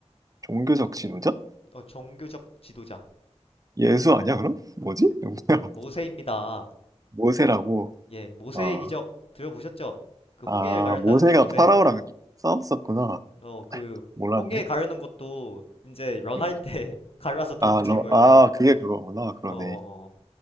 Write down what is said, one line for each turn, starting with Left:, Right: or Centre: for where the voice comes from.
Right: 종교적 지도자?
Left: 어 종교적 지도자
Right: 예수 아니야, 그럼? 뭐지? 누구야? <laughs>
Left: 모세입니다.
Right: 모세라고.
Left: 예, 모세의
Right: 어,
Left: 기적 들어보셨죠? 그 홍해를
Right: 아,
Left: 가른다는
Right: 모세가
Left: 그 모세.
Right: 파라오랑 싸웠었구나.
Left: 어, 그,
Right: 몰랐네.
Left: 홍해 가르는 것도 이제 런할
Right: 음.
Left: 때 <laughs> 갈라서 도망치는
Right: 아, 러,
Left: 거일
Right: 아,
Left: 거야.
Right: 그게 그거구나. 그러네.
Left: 어, 어, 어.